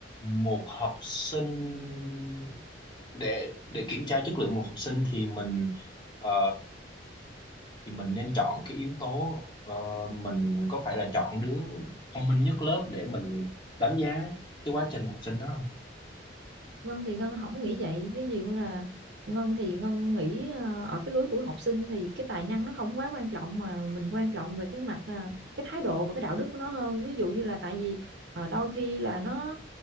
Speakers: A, on the left; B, on the right.
A: một học sinh để để kiểm tra chất lượng một học sinh thì mình ờ, thì mình nên chọn cái yếu tố ờ, mình có phải là chọn đứa thông minh nhất lớp để mình đánh giá cái quá trình học sinh đó không?
B: Ngân thì Ngân không có nghĩ vậy ví dụ là Ngân thì Ngân nghĩ ờ, ở cái lứa tuổi học sinh thì cái tài năng nó không quá quan trọng mà mình quan trọng về cái mặt ờ, cái thái độ và cái đạo đức của nó hơn ví dụ như là tại vì ờ, đôi khi là nó